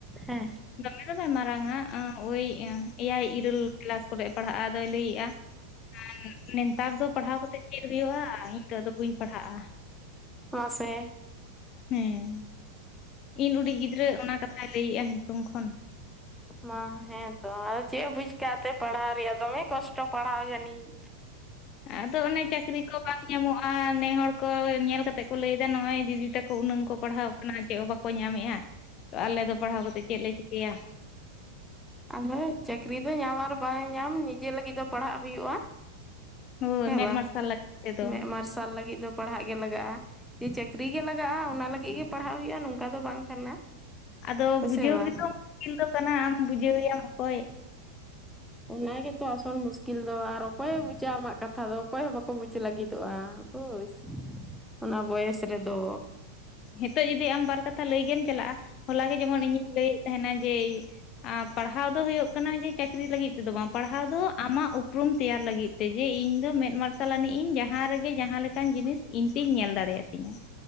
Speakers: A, in the centre; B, on the left.
A: ᱦᱮᱸ
B: ᱫᱚᱢᱮ ᱫᱚ ᱵᱟᱭ ᱢᱟᱨᱟᱝᱟ ᱳᱭ ᱮᱭᱟᱭ ᱤᱨᱟᱹᱞ ᱠᱞᱟᱥ ᱠᱚᱨᱮ ᱯᱟᱲᱦᱟᱜᱼᱟ ᱟᱫᱚᱭ ᱞᱟᱹᱭᱮᱜᱼᱟ ᱟᱨ ᱱᱮᱛᱟᱨ ᱫᱚ ᱯᱟᱲᱦᱟᱣ ᱠᱟᱛᱮᱜ ᱪᱮᱫ ᱦᱩᱭᱩᱜᱭᱼᱟ ᱤᱧ ᱫᱚ ᱟᱫᱚ ᱵᱟᱹᱧ ᱯᱟᱲᱦᱟᱜᱼᱟ᱾
A: ᱢᱟᱥᱮ
B: ᱦᱮᱸ ᱤᱧ ᱩᱰᱤᱡ ᱜᱤᱫᱽᱨᱟᱹ ᱚᱱᱟ ᱠᱟᱛᱷᱟᱭ ᱞᱟᱹᱭᱮᱜᱼᱟ ᱦᱮᱛᱚᱝ ᱠᱷᱚᱱ᱾
A: ᱢᱟ ᱦᱮᱸ ᱛᱚ ᱟᱫᱚ ᱪᱮᱫ ᱮ ᱵᱩᱡ ᱠᱟᱜ ᱛᱮ ᱯᱟᱲᱦᱟᱣ ᱨᱮᱭᱟᱜ ᱫᱚᱢᱮ ᱠᱚᱥᱴᱚ ᱯᱟᱲᱦᱟᱣ ᱡᱟᱹᱱᱤ <unintelligible>
B: ᱟᱫᱚ ᱚᱱᱮ ᱪᱟᱹᱠᱨᱤ ᱠᱚ ᱵᱟᱝ ᱧᱟᱢᱚᱜᱼᱟ ᱱᱮ ᱦᱚᱲ ᱠᱚ ᱧᱮᱞ ᱠᱟᱛᱮ ᱠᱚ ᱞᱟᱹᱭ ᱫᱟ ᱱᱚᱜᱼᱚᱭ ᱫᱤᱫᱤ ᱛᱟᱠᱚ ᱩᱱᱟᱹᱝ ᱠᱚ ᱯᱟᱲᱦᱟᱣ ᱠᱟᱱᱟ ᱪᱮᱫ ᱦᱚᱸ ᱵᱟᱠᱚ ᱧᱟᱢᱮᱜ-ᱟ ᱛᱚ ᱟᱞᱮ ᱫᱚ ᱯᱟᱲᱦᱟᱣ ᱠᱟᱛᱮᱫ ᱪᱮᱫ ᱞᱮ ᱪᱤᱠᱟᱹᱭᱟ?
A: ᱟᱫᱚ ᱪᱟᱹᱠᱨᱤ ᱫᱚ ᱧᱟᱢ ᱟᱨ ᱵᱟᱝ ᱧᱟᱢ ᱱᱤᱡᱮ ᱞᱟᱹᱜᱤᱫ ᱫᱚ ᱯᱟᱲᱦᱟᱜ ᱦᱩᱭᱩᱜᱼᱟ᱾
B: ᱦᱳᱭ
A: ᱦᱮᱸ
B: ᱢᱮᱫ
A: ᱵᱟ
B: ᱢᱟᱨᱥᱟᱞ ᱞᱟᱹᱜᱤᱫ ᱛᱮᱫᱚ
A: ᱢᱮᱫ ᱢᱟᱨᱥᱟᱞ ᱞᱟᱹᱜᱤᱫ ᱫᱚ ᱯᱟᱲᱦᱟᱜ ᱜᱮ ᱞᱟᱜᱟᱜᱼᱟ᱾ ᱡᱮ ᱪᱟᱹᱠᱨᱤ ᱜᱮ ᱞᱟᱜᱟᱜᱼᱟ ᱚᱱᱟ ᱞᱟᱹᱜᱤ ᱜᱮ ᱯᱟᱲᱦᱟᱜ ᱦᱩᱭᱩᱜᱼᱟ ᱱᱚᱝᱠᱟ ᱫᱚ ᱵᱟᱝ ᱠᱟᱱᱟ᱾
B: ᱟᱫᱚ
A: ᱦᱳᱭᱥᱮ
B: ᱵᱩᱡᱷᱟᱹᱣ
A: ᱵᱟᱝ
B: ᱜᱮᱛᱚ ᱠᱤᱞ ᱫᱚ ᱠᱟᱱᱟ ᱟᱢ ᱵᱩᱡᱷᱟᱹᱣ ᱮᱭᱟᱢ ᱚᱠᱚᱭ,
A: ᱚᱱᱟ ᱜᱮᱛᱚ ᱟᱥᱚᱞ ᱢᱩᱥᱠᱤᱞ ᱫᱚ ᱟᱨ ᱚᱠᱚᱭ ᱮ ᱵᱩᱡᱟ ᱟᱢᱟᱜ ᱠᱟᱛᱷᱟ ᱫᱚ ᱚᱠᱚᱭ ᱦᱚᱸ ᱵᱟᱠᱚ ᱵᱩᱡᱽ ᱞᱟᱹᱜᱤᱫᱚᱜᱼᱟ᱾ ᱵᱩᱪ ᱚᱱᱟ ᱵᱚᱭᱮᱥ ᱨᱮᱫᱚ᱾
B: ᱦᱮᱛᱚᱜ ᱡᱩᱫᱤ ᱟᱢ ᱵᱟᱨ ᱠᱟᱛᱷᱟ ᱞᱟᱹᱭ ᱜᱮᱢ ᱪᱟᱞᱟᱜᱼᱟ ᱦᱚᱞᱟ ᱜᱮ ᱡᱮᱢᱚᱱ ᱤᱧᱤᱧ ᱞᱟᱹᱭᱮᱫ ᱛᱟᱦᱮᱱᱟ ᱡᱮ ᱟ ᱯᱟᱲᱦᱟᱣ ᱫᱚ ᱦᱳᱭᱜ ᱠᱟᱱᱟ ᱡᱮ ᱪᱟᱹᱠᱨᱤ ᱞᱟᱹᱜᱤᱫ ᱛᱮ ᱫᱚ ᱵᱟᱝ ᱯᱟᱲᱦᱟᱣ ᱫᱚ ᱟᱢᱟᱜ ᱩᱯᱨᱩᱢ ᱛᱮᱭᱟᱨ ᱞᱟᱹᱜᱤᱫ ᱛᱮᱡᱮ ᱤᱧ ᱫᱚ ᱢᱮᱫ ᱢᱟᱨᱥᱟᱞ ᱟᱹᱱᱤᱡ ᱤᱧ ᱡᱟᱦᱟᱸ ᱨᱮᱜᱮ ᱡᱟᱦᱟᱸ ᱞᱮᱠᱟᱱ ᱡᱤᱱᱤᱥ ᱤᱧ ᱛᱤᱧ ᱧᱮᱞ ᱫᱟᱲᱮᱭᱟᱛᱤᱧᱟ᱾